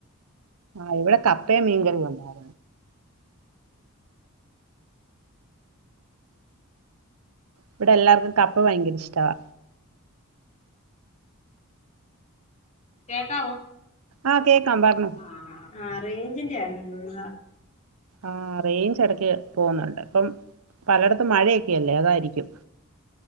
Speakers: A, on the right; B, on the left.
A: ആഹ് ഇവിടെ കപ്പയും മീൻകറി ഉണ്ടാര് ഇവിടെ എല്ലാവർക്കും കപ്പ ഭയങ്ക ഇഷ്ടവാ
B: കേക്കാവോ
A: ആഹ് കേക്കാം പർനോ
B: ആഹ് ആഹ് റേഞ്ചിന്റെ ആര്ന്ന് തോന്നാ
A: ആഹ് റേഞ്ച് ഇടക്ക് പോകുന്നുണ്ട് ഇപ്പം പലയിടത്തും മഴയൊക്കെല്ലേ അതായിരിക്കും